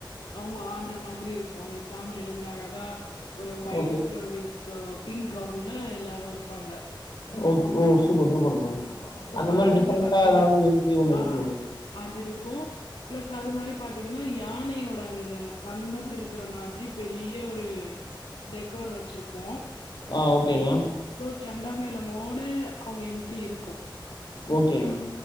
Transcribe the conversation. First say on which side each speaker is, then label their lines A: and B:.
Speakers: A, on the left; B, on the left.
A: அவங்க ஆடுற மாதிரி இருக்கு அந்த தாமரைல இருந்து அழகா ஒரு ஒய்ட்
B: ஓகே
A: வித் பிங்க் கவுன்ல எல்லாரு இருப்பாங்க
B: ஓக் ஓ சூப்பர் சூப்பர் மேம்
A: சுப்
B: அந்த
A: அது
B: மாதிரி
A: வந்து
B: டிஃப்ரெண்டா
A: பாத்தீங்கன்னா
B: ஏதாவது என்ட்ரி ஒன்று இருக்கணும்
A: ஆஹ்
B: மேம்
A: அது இருக்கு ஃபிளஸ் அது மாரி பாத்தீங்கன்னா யானையோட இந்த தந்தம் இருக்கிற மாதிரி பெரிய ஒரு டெக்கோர் வச்சிருப்போ
B: ஆ ஓகே மேம்
A: சோ சண்டாமேளமோட அவங்க என்ட்ரி இருக்கு
B: ஓகே மேம்